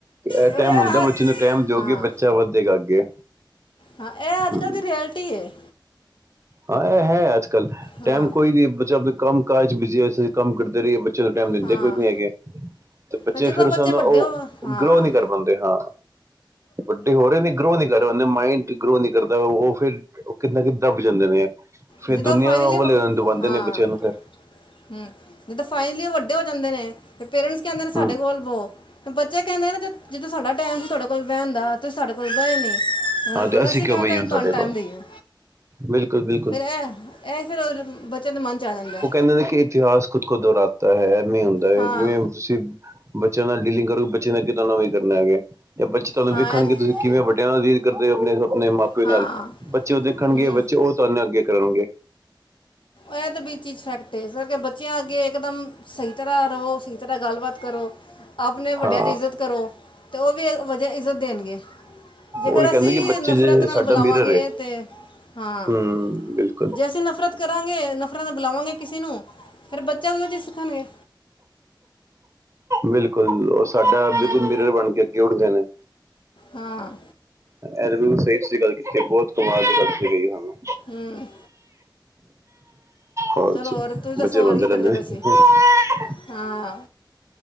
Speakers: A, on the right (about 35°); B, on the left (about 75°).
A: ਇਹ
B: ਪਰ
A: ਟੈਮ ਹੁੰਦਾ
B: ਆ-
A: ਬੱਚੇ ਨੂੰ ਟੈਮ ਦਿਓਗੇ,
B: ਹਾਂ
A: ਬੱਚਾ ਵੱਧੇਗਾ ਅੱਗੇ।
B: ਹਾਂ, ਇਹ ਅੱਜ-
A: ਹੂੰ
B: ਕੱਲ੍ਹ ਦੀ ਰਿਐਲਟੀ ਏ।
A: ਹਾਂ ਇਹ ਹੈ ਅੱਜ-ਕੱਲ੍ਹ,
B: ਹਾਂ
A: ਟੈਮ ਕੋਈ ਨਹੀਂ, ਬੱਚਾ ਆਪ ਕੰਮ- ਕਾਜ ਬਿਜ਼ੀ, ਕੰਮ ਕਰਦੇ ਰਹੀਏ। ਸਹੀ ਟੈਮ ਦਿੰਦੇ
B: ਹਾਂ
A: ਕੋਈ ਨੀ ਹੈਗੇ ਆ। ਤੇ ਬੱਚੇ
B: ਪਰ ਜਦੋਂ
A: ਫਿਰ ਉਸ ਨਾਲ,
B: ਵੱਡੇ
A: ਉਹ
B: ਹੋ ਹਾਂ
A: ਗਰੋ ਨਹੀਂ ਕਰ ਪਾਂਦੇ ਹਾਂ। ਵੱਡੇ ਹੋ ਰਹੇ ਨੇ, ਗਰੋ ਨੀ ਕਰ ਰਹੇ, ਉਹਦੇ ਮਾਇੰਡ ਗਰੋ ਨੀ ਕਰਦਾ, ਉਹ ਫਿਰ ਕਿੰਨਾ ਕਿ ਦੱਬ ਜਾਂਦੇ ਨੇ, ਫੇਰ
B: ਜਦੋਂ
A: ਦੁਨੀਆਂ
B: ਫਾਈਨਲੀ
A: ਓਹਲੇ ਦਬਾਂਦੇ
B: ਹਾਂ
A: ਨੇ, ਬੱਚਿਆਂ ਨੂੰ ਫੇਰ
B: ਹੂੰ, ਜਿੱਦਾਂ ਫਾਈਨਲੀ ਉਹ ਵੱਡੇ ਹੋ ਜਾਂਦੇ ਨੇ, ਤੇ ਪੇਰੈਂਟਸ ਕਹਿੰਦੇ ਨੇ
A: ਹੂੰ
B: ਸਾਡੇ ਕੋਲ ਬਹੋ ਬੱਚੇ ਕਹਿੰਦੇ ਨਾ, ਜਦੋਂ ਸਾਡਾ ਟੈਮ ਸੀ ਤੁਹਾਡੇ ਕੋਲ ਬਹਿਣ ਦਾ, ਤੁਸੀਂ ਸਾਡੇ ਕੋਲ ਬਏ ਨੀ। ਹ
A: ਹਾਂ ਤੇ
B: ਹੁਣ ਅਸੀਂ
A: ਕਿਉਂ
B: ਕਿਵੇਂ
A: ਬਈਏ
B: ਤੁਾਨੂੰ
A: ਹੁਣ
B: ਤੁਹਾਨੂੰ
A: ਤੁਹਾਡੇ
B: ਟੈਮ
A: ਕੋਲ
B: ਦਈਏ।
A: ਬਿਲਕੁਲ- ਬਿਲ
B: ਫੇਰ ਇਹ- ਇਹ ਫੇਰ ਬੱਚਿਆਂ ਦੇ ਮਨ ਚ ਆ ਜਾਂਦਾ।
A: ਇਨਕਾ ਇਤਿਹਾਸ ਖੁਦ ਕੋ ਦੁਹਰਾਤਾ ਹੈ, ਐਵੇਂ ਹੁੰਦਾ ਹੈ,
B: ਹਾਂ
A: ਜਿਵੇਂ ਤੁਸੀਂ ਬੱਚਿਆਂ ਨਾਲ ਡੀਲਿੰਗ ਕਰੋਗੇ, ਬੱਚੇ ਦਾ ਕਿਸੇ ਨਾਲ ਵੀ ਨੀ ਕਰਨਾ ਹੈਗਾ। ਜਾਂ ਬੱਚੇ ਤੁਹਾਨੂੰ
B: ਹਾਂ
A: ਵੇਖਣਗੇ,
B: ਇਹ-
A: ਤੁਸੀਂ ਕਿਵੇਂ ਵੱਡਿਆਂ ਨਾਲ ਡੀਲ ਕਰਦੇ ਹੋ, ਆਪਣੇ- ਆਪਣੇ ਮਾਪ ਕੋਈ
B: ਹਾਂ
A: ਗੱਲ ਨਹੀਂ, ਬੱਚੇ ਉਹ ਦੇਖਣਗੇ
B: ਹੂੰ
A: ਬੱਚੇ ਉਹ ਤੁਹਾਨੂੰ ਅੱਗੇ ਕਰਨਗੇ।
B: ਇਹ ਤੇ ਬ ਚੀਜ਼ ਸੈਟ ਏ, ਇਸ ਕਰਕੇ ਬੱਚਿਆਂ ਅੱਗੇ ਇਕਦਮ ਸਹੀ ਤਰਾਂ ਰਵੋ, ਸਹੀ ਤਰਾਂ ਗੱਲਬਾਤ ਕਰੋ, ਆਪ ਨੇ
A: ਹਾਂ
B: ਵੱਡਿਆਂ ਦੀ ਇੱਜ਼ਤ ਕਰੋ। ਤੇ ਉਹ ਵੀ ਇਸ ਵਜਾ ਇੱਜ਼ਤ ਦੇਣਗੇ। ਜੇਕਰ
A: ਉਹੀ ਕਹਿੰਦੇ
B: ਅਸੀਂ,
A: ਕਿ ਬੱਚੇ
B: ਨਫ਼ਰਤ
A: ਜੇ
B: ਨਾਲ
A: ਸਾਡਾ
B: ਬੁਲਾਵਾਂਗੇ।
A: ਮਿਰਰ ਹੈ
B: ਤੇ ਹਾਂ,
A: ਹਮ ਬਿਲਕੁਲ
B: ਜੈ ਅਸੀ ਨਫ਼ਰਤ। ਕਰਾਂਗੇ, ਨਫ਼ਰਤ ਨਾਲ ਬੁਲਾਵਾਂਗੇ ਕਿਸੇ ਨੂੰ, ਫੇਰ ਬੱਚਾ ਵੀੋ ਉਹੀ ਚਿਜ ਸਿੱਖਣਗੇ।
A: ਬਿਲਕੁਲ, ਉਹ ਸਾਡਾ ਬਿਲਕੁਲ
B: ਹੂੰ
A: ਮਿਰਰ, ਬਣ ਕੇ ਅੱਗੇ ਉੱਠਦੇ ਨੇ।
B: ਹਾਂ।
A: ਇਹ ਤੁਸੀਂ ਬਿਲਕੁਲ ਸਹੀ ਗੱਲ ਕੀਤੀ। ਬਹੁਤ ਕਮਾਲ ਦੀ ਗੱਲ ਕੀਤੀ ਗਈ ਜੀ, ਤੁਹਾਨੂੰ
B: ਹੂੰ
A: ਹਾ
B: ਚਲੋ
A: ਜੀ
B: ਹੋਰ ਤੁਸੀਂ ਦੱਸੋ
A: ਬੱਚੇ ਰੋਂਦੇ
B: ਹੋਰ ਕੀ ਕਰਦੇ
A: ਰਹਿੰਦੇ
B: ਪਏ
A: ਨੇ।
B: ਸੀ
A: ਬ-
B: ਹਾਂ।